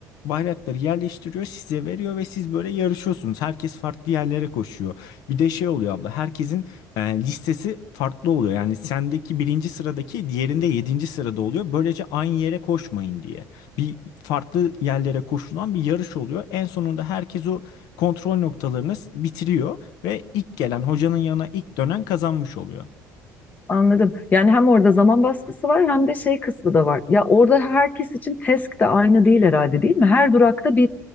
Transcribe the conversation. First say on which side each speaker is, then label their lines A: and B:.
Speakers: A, on the left; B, on the left.
A: bayrakları yerleştiriyor size veriyor ve siz böyle yarışıyorsunuz herkes farklı yerlere koşuyor bir de şey oluyor abla herkesin e, listesi farklı oluyor yani sendeki birinci sıradaki diğerinde yedinci sırada oluyor böylece aynı yere koşmayın diye bir farklı yerlere koşulan bir yarış oluyor. En sonunda herkes o kontrol noktalarını s- bitiriyor ve ilk gelen hocanın yanına ilk dönen kazanmış oluyor.
B: Anladım. Yani hem orada zaman baskısı var hem de şey kısmı da var. Ya orada herkes için task de aynı değil herhalde değil mi? Her durakta bir